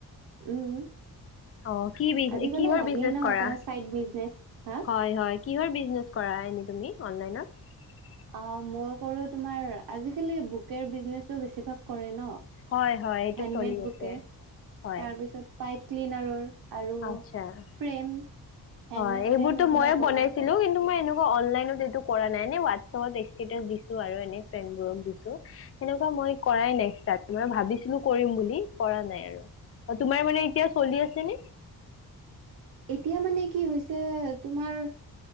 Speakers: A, on the right; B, on the left.
A: উম।
B: অ কি বিজ
A: আজিকালি
B: কিহৰ
A: লাগেই
B: বিজনেছ
A: ন
B: কৰা?
A: এটা চাই বিজনেচ। হা?
B: হয় হয় কিহৰ বিজনেছ কৰা এনে তুমি অনলাইনত?
A: অ মই কৰো তোমাৰ আজিকালি বুকে বিজনেচটো বেছিভাগ কৰে ন?
B: হয় হয় এইটো
A: হেণ্ডমেড
B: চলি
A: বুকে
B: আছে। হয়
A: তাৰপিছত পাইপ ক্লিনাৰৰ আৰু
B: আচ্ছা
A: ফ্ৰেম হেণ্ডমেড
B: হয় এইবোৰতো
A: ফ্ৰেম সেইবিলাক
B: মইে
A: বনাই
B: বনাইছিলো। কিন্তু মই এনেকুৱা অনলাইনত এইটো কৰা নাই ন চবত ইচ্টেটাছ দিছো আৰু এনে ফ্ৰেডবোৰক দিছো। সেনেকুৱা মই কৰাই নাই মই ভাবিছিলো কৰিম বুলি। কৰা নাই আৰু। অ তোমাৰ মানে, এতিয়া চলি আছেনে?
A: এতিয়া মানে কি হৈছে, তোমাৰ